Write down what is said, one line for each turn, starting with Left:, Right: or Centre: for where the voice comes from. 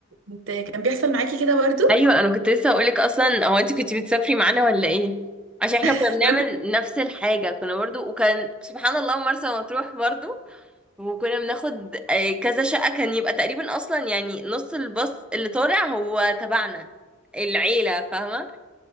Right: انت كان بيحصل معاكي كده برضو
Centre: ايوه انا كنت لسه هقولك اصلا هو انت كنت بتسافري معانا ولا ايه عشان احنا
Right: <laughs>
Centre: كنا بنعمل نفس الحاجه كنا برضو وكان سبحان الله مرسى مطروح برضو وكنا بناخد آه، كذا شقه كان يبقى تقريبا اصلا يعني نص الباص اللي طالع هو تبعنا العيله فاهمه